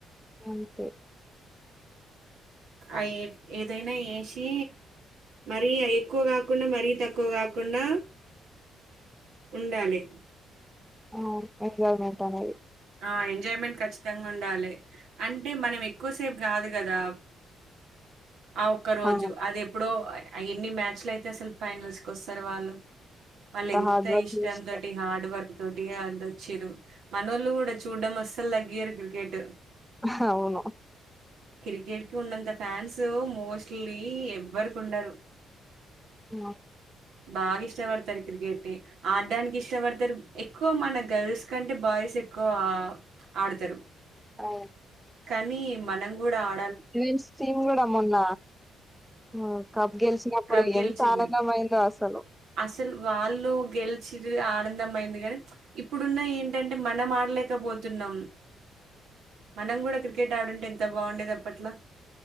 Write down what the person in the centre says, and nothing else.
అంతే
అ ఎంజాయ్మెంట్ ఉండాలి
అవును
హార్డ్ వర్క్
చేస్తరో
హా అవును
అ
అవు
విమెన్స్ టీమ్ కూడా మొన్న ఆ కప్ గెలిచినప్పుడు
ఎంత ఆనందం అయిందో అసలు